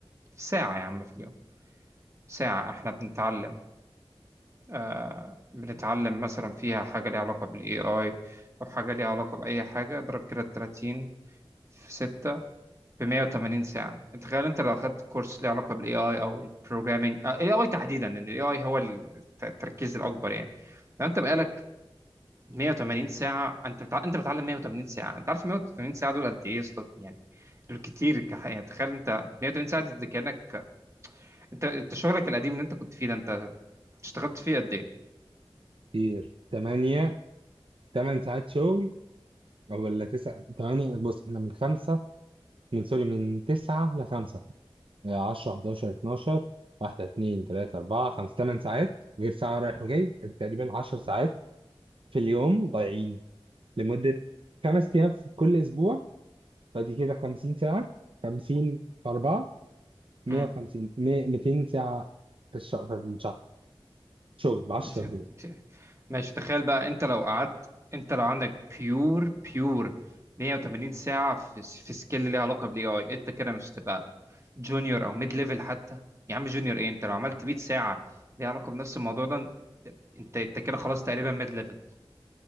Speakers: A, on the right (about 30°); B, on the right (about 65°).
A: ساعة يا عم في اليوم ساعة إحنا بنتعلم آه، بنتعلم مثلا فيها حاجة ليها علاقة بال AI أو حاجة ليها علاقة بأي حاجة اضرب كده 30 في 6 ب 180 ساعة انت تخيل انت لو اخدت كورس ليه علاقة بالاي اي او البروجرامينج الاي اي تحديدا لان الاي اي هو ال- الت- التركيز الاكبر يعني لو انت بقالك 180 ساعة انت بتع... انت بتعلم 180 ساعة انت عارف 180 ساعة دول قد ايه يا اسطى؟ يعني دول كتير كحقيقة تخيل انت 180 ساعة دي كأنك انت انت شغلك القديم اللي انت كنت فيه ده انت اشتغلت فيه قد ايه؟
B: كتير 8 8 ساعات شغل او ولا 9 8 بص احنا من 5 من سوري من 9 ل 5 10 11 12 واحدة اتنين تلاتة أربعة خمسة تمن ساعات غير ساعة رايح وجاي تقريبا 10 ساعات في اليوم ضايعين لمدة خمس أيام في كل أسبوع فدي كده 50 ساعة 50 في أربعة 150
A: مم.
B: مية- 200 ساعة في الشهر في الشهر شغل ب 10
A: بت- بت-
B: في اليوم
A: ماشي تخيل بقى انت لو قعدت انت لو عندك بيور بيور 180 ساعة في في سكيل ليها علاقة بالاي اي انت كده مش هتبقى جونيور او ميد ليفل حتى يا عم جونيور ايه انت لو عملت 100 ساعة ليها علاقة بنفس الموضوع ده ده- انت انت كده خلاص تقريبا ميد ليفل